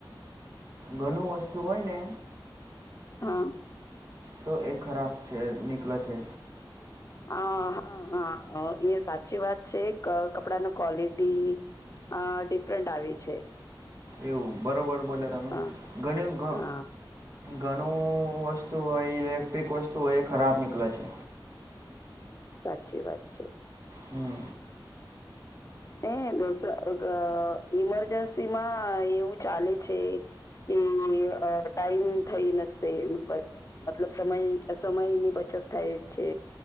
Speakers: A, on the right (about 40°); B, on the left (about 40°).
A: ઘણું વસ્તુ હોય ને
B: હા.
A: તો એ ખરાબ છે. નીકલે છે.
B: હ હા હા અહ એ સાચી વાત છે, ક-કપડા ના ક્વોલિટી અહ ડિફરન્ટ આવે છે.
A: એવું બરોબર બોલ્યા તમે
B: હા
A: ઘણું ઘ
B: હા
A: ઘણું વસ્તુ હોય ઇલેક્ટ્રિક વસ્તુ હોય એ ખરાબ નીકલે છે.
B: સાચી વાત છે.
A: હમ્મ.
B: કઈ અ ગોસા ગ ઈમરજન્સી માં એવું ચાલે છે કે કે અહ ટાઈમ થઈ નસે અ પ મતલબ સમય સમયની બચત થાય છે.